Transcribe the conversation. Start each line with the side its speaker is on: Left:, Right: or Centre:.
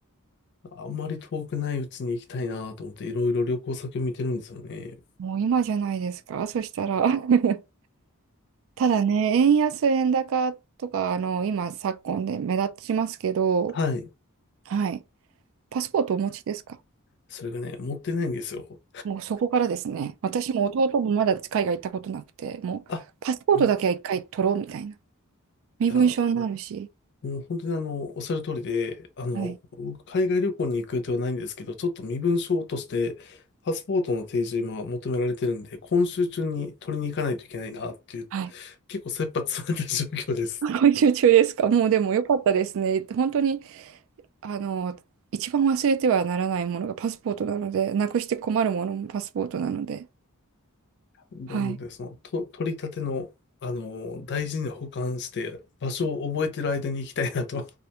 Left: あんまり遠くないうちに行きたいなと思って、いろいろ旅行先を見てるんですよね。
Right: もう今じゃないですか、そしたら。<laughs> ただね、円安、円高とか、あの、今、昨今で目立ちますけど、
Left: はい。
Right: はい。パスポートお持ちですか
Left: それがね、持ってないんですよ。
Right: もうそこからですね、私も弟もまだ海外行ったことなくて、もうパスポートだけは一回取ろうみたいな。
Left: あ、うんい
Right: 身分証になるし、
Left: や、うん、本当にあの、おっしゃる通りで、あの、
Right: はい。
Left: 僕、海外旅行に行く予定はないんですけど、ちょっと身分証として、パスポートの提示を今求められてるんで、今週中に取りに行かないといけないなっていう、
Right: はい
Left: 結構切羽詰まった状況です。
Right: <laughs> 今週中ですか。もうでも良かったですね。本当に、あの、一番忘れてはならないものがパスポートなので、なくして困るものもパスポートなので。
Left: なので、
Right: はい。
Left: その、と、取り立ての、あの、大事に保管して、場所を覚えてる間に行きたいなと。